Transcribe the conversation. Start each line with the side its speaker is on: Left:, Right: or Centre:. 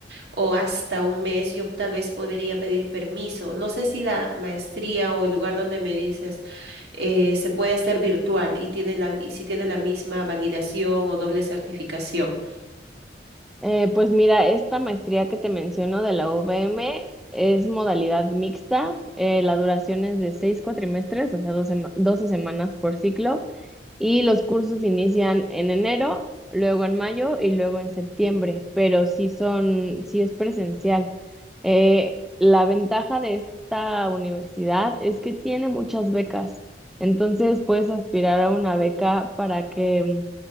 Right: o hasta un mes, yo tal vez podría pedir permiso. No sé si la maestría o el lugar donde me dices eh, se puede hacer virtual y tiene la, y si tiene la misma validación o doble certificación.
Centre: Eh, pues mira, esta maestría que te menciono de la UVM es modalidad mixta. eh, la duración es de seis cuatrimestres, o sea, doce doce semanas por ciclo. Y los cursos inician en enero, luego en mayo y luego en septiembre, pero sí son, sí es presencial. Eh, la ventaja de esta universidad es que tiene muchas becas, entonces puedes aspirar a una beca para que, mm,